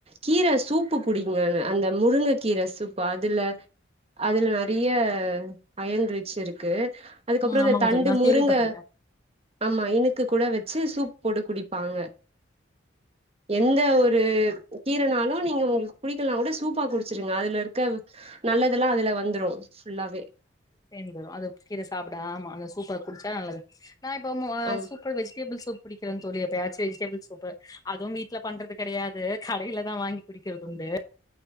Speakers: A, on the right; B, on the left.
A: கீர சூப்பு குடிங்க அந்த அந்த முருங்க கீர சூப்பு அதுல அதுல நெறயா அயன் ரிச்சிருக்கு அதுக்கப்றோ
B: ம்
A: இந்த
B: ஆமாங்க
A: தண்டு
B: தோழி நா
A: முருங்க
B: கேள்விப்பட்ருக்கே
A: ஆமா இனுக்கு கூட வெச்சு சூப் போட்டு குடிப்பாங்க எந்த ஒரு கீரனாலு நீங்க ஒங்களுக்கு புடிக்கலனா கூட சூப்பா குடு வெச்சிருங்க அதுல இருக்க நல்லதெல்லா அதுல வந்துரு ஃபுல்லாவே
B: சேந்து வரு அது கீர சாப்ட ஆமா அந்த சூப்பா குடிச்சா நல்லது நா இப்போ மொ
A: ஆம்
B: சூப்பர் வெஜிடேபிள் சூப் குடிக்கிறேன் தோழி எப்பயாச்சு வெஜிடேபிள் சூப்பு அதுவும் வீட்ல பண்றது கெடையாது கடைலதா வாங்கி குடிக்கறது உண்டு